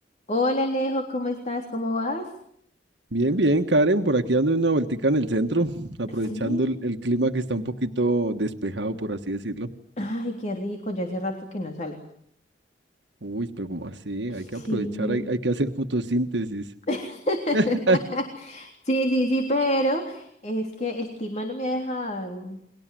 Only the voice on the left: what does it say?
Hola Alejo, ¿cómo estás? ¿Cómo vas?
Sí.
Ay, qué rico. Yo hace rato que no salgo.
Sí.
<laughs>
Sí, sí, sí, pero es que el clima no me ha dejado.